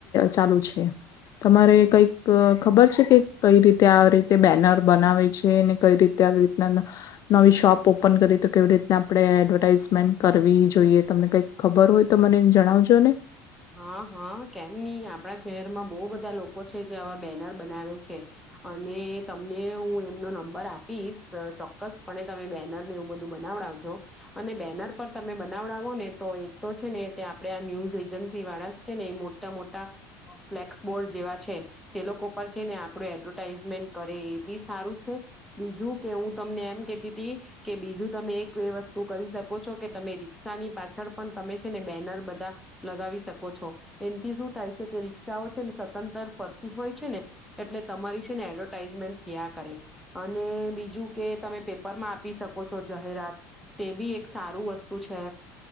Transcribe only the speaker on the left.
ચાલુ છે. તમારે કઈક. ખબર છે કે કઈ રીતે આ રીતે બેનર બનાવે છે ને કઈ રીતે આવી રીતના નવી શોપ ઓપન કરી તો કેવી રીતના આપણે એડવર્ટાાઈઝમેન્ટ કરવી જોઈએ તમને કઈક ખબર હોય તો મને જણાવજો ને.